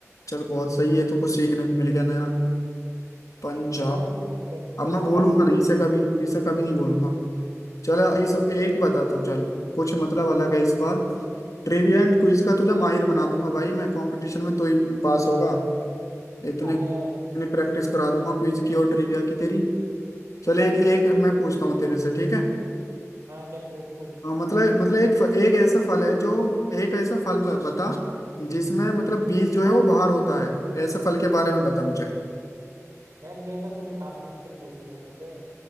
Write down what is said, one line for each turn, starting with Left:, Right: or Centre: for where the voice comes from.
Left: चल बहुत सही है तो कुछ सीखने को मिल गया नया पंजाब
Right: चल अब तू पूछ एक, एक
Left: अब मैं
Right: सवाल
Left: भूलूंगा
Right: तू पूछ।
Left: नहीं इसे कभी इसे कभी नहीं भूलूंगा चल इस एक बता तू चल कुछ मतलब अलग है इस बार ट्रिविया एंड क्विज का तुझे माहिर बना दूंगा भाई मैं कंपटीशन में तो ही पास होगा इतने
Right: अरे
Left: इतनी प्रैक्टिस करा दूंगा क्विज की और ट्रिविया की तेरी चल एक एक मैं पूछता हूँ तेरे से ठीक है
Right: हाँ चल पूछ पूछ
Left: हाँ, मतलब मतलब एक फ- एक ऐसा फल है जो एक ऐसा फल ब- बता जिसमें मतलब बीज जो है वो बाहर होता है ऐसे फल के बारे में बता मुझे
Right: यार ये तो तूने काफी मुश्किल पूछ लिया मेरे से